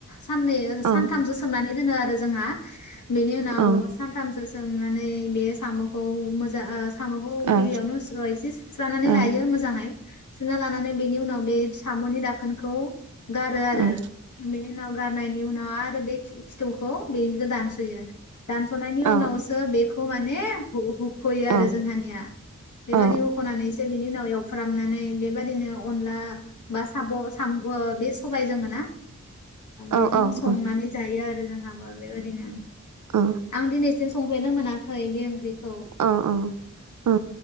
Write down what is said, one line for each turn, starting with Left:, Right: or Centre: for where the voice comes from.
Left: साननै
Right: औ
Left: सानथामसो सोमनानै दोनो आरो जोंहा बेनि उनाव
Right: औ
Left: सानथामसो सोमनानै बे साम' खौ मोजां ओ साम'खौ
Right: औ
Left: गिबियावनो ओ एसे सुस्रानानै लायो
Right: औ
Left: मोजाङै। सुना लानानै बेनि उनाव बे साम'नि दाखोनखौ गारो आरो
Right: औ
Left: बेनि उनाव गारनायनि उनाव आरो बे खिथौखौ बेनिखौ दानस'यो। दानस'नायनि
Right: औ
Left: उनावसो बेखौ माने हु- हुख'यो आरो
Right: औ
Left: जोंहानिया बेबादि
Right: औ
Left: हुखनानैसो बेनि उनाव‌ एवफ्रामनानै बेबादिनो अनला बा साब ओ बे सबाय दोङो ना बेजों
Right: औ
Left: संनानै जायो आरो जोंहाबो बेबायदिनो।
Right: औ
Left: आं दिनैसिम संफेरनो मोनाखै बे ओंख्रिखौ।
Right: अ अ औ